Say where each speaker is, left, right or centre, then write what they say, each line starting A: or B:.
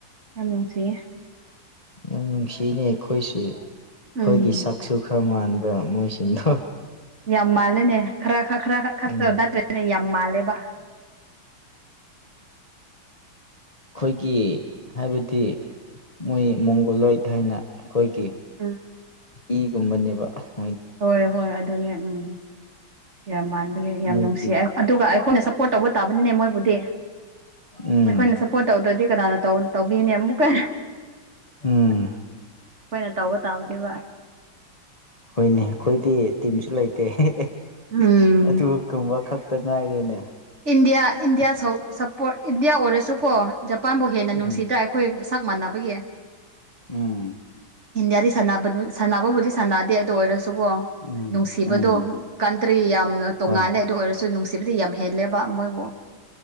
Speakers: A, on the right (about 35°); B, on the left (about 25°).
A: ꯌꯥꯝ ꯅꯨꯡꯁꯤꯌꯦ
B: ꯌꯥꯝ ꯅꯨꯡꯁꯤꯅꯦ ꯑꯩꯈꯣꯏꯁꯨ ꯑꯩꯈꯣꯏꯒꯤ
A: ꯎꯝ
B: ꯁꯛꯁꯨ ꯈꯔ ꯃꯥꯟꯕ ꯃꯣꯏꯁꯤꯡꯗꯣ
A: ꯌꯥꯝ ꯃꯥꯜꯂꯦꯅꯦ ꯈꯔ ꯈꯔ ꯈꯔ ꯈꯛ-ꯈꯛꯇ
B: ꯎꯝ
A: ꯅꯠꯇ꯭ꯔꯦꯅꯦ ꯌꯥꯝ ꯃꯥꯜꯂꯦꯕ
B: ꯈꯣꯏꯒꯤ ꯍꯥꯏꯕꯗꯤ ꯃꯣꯏ ꯃꯣꯡꯒꯣꯂꯣꯏꯗ ꯍꯥꯏꯅ ꯑꯩꯈꯣꯏꯒꯤ
A: ꯑꯝ
B: ꯏꯒꯨꯝꯕꯅꯦꯕ ꯑꯍꯝ
A: ꯍꯣꯏ ꯍꯣꯏ ꯑꯗꯨꯅꯦ ꯎꯝ ꯫ꯌꯥꯝ ꯃꯥꯟꯕꯅꯦ ꯌꯥꯝ
B: ꯃꯣꯏꯒꯤ
A: ꯅꯨꯡꯁꯤꯌꯦ ꯑꯗꯨꯒ ꯑꯩꯈꯣꯏꯅ ꯁꯞ ꯄꯣꯔꯠ ꯇꯧꯕ ꯇꯥꯕꯅꯤꯅꯦ ꯃꯣꯏꯕꯨꯗꯤ
B: ꯎꯝ
A: ꯑꯩꯈꯣꯏꯅ ꯁꯞꯄꯣꯔꯠ ꯇꯧꯗ꯭ꯔꯗꯤ ꯀꯅꯥꯅ ꯇꯧ-ꯇꯧꯕꯤꯅꯤ ꯑꯃꯨꯛꯀ
B: ꯎꯝ
A: ꯑꯩꯈꯣꯏꯅ ꯇꯧꯕ ꯇꯥꯕꯅꯦꯕ
B: ꯍꯣꯏꯅꯦ ꯑꯈꯣꯏꯗꯤ ꯇꯤꯝꯁꯨ ꯂꯩꯇꯦ ꯍꯦꯍꯦ ꯑꯦ
A: ꯎꯝ
B: ꯑꯗꯨꯒꯨꯝꯕ ꯈꯛꯇ ꯉꯥꯏꯔꯦꯅꯦ
A: ꯏꯟꯗꯤꯌꯥ ꯏꯟꯗꯤꯌꯥ ꯁꯧ-ꯁꯄꯣꯔꯠ ꯏꯟꯗꯤꯌꯥ ꯑꯣꯏꯔꯁꯨꯀꯣ ꯖꯄꯥꯟꯕꯨ ꯍꯦꯟꯅ ꯅꯨꯡꯁꯤꯗ
B: ꯎꯝ
A: ꯑꯩꯈꯣꯏ ꯁꯛ ꯃꯥꯟꯅꯕꯒꯤ
B: ꯎꯝ
A: ꯏꯟꯗꯤꯌꯥꯗꯤ ꯁꯥꯟꯅꯕꯗꯨ ꯁꯥꯟꯅꯕꯕꯨꯗꯤ ꯁꯥꯟꯅꯗꯦ ꯑꯗꯨ ꯑꯣꯏꯔꯁꯨ
B: ꯎꯝ
A: ꯅꯨꯡꯁꯤꯕꯗꯣ
B: ꯎꯝ
A: ꯀꯗ꯭ꯔꯤ ꯌꯥꯝꯅ ꯇꯣꯉꯂꯦ
B: ꯍꯣꯏ
A: ꯑꯗꯨ ꯑꯣꯏꯔꯁꯨ ꯅꯨꯡꯁꯤꯕ ꯌꯥꯝ ꯍꯦꯂꯕ ꯃꯣꯏꯕꯨꯣ